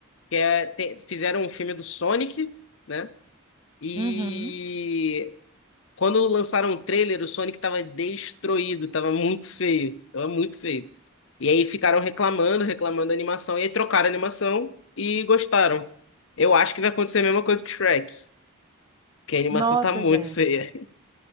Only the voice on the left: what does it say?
que é, te- fizeram um filme do Sonic, né? E
quando lançaram o trailer, o Sonic tava destruído, tava muito feio, tava muito feio. E aí ficaram reclamando, reclamando da animação, e aí trocaram a animação e gostaram. Eu acho que vai acontecer a mesma coisa que Shrek, que a animação
tá muito
feia. <laughs>